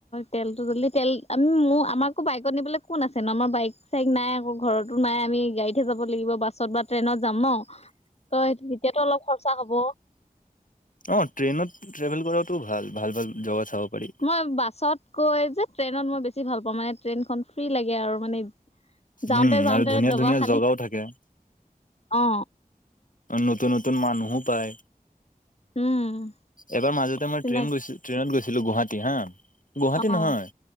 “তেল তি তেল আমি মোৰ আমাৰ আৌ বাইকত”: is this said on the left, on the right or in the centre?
Left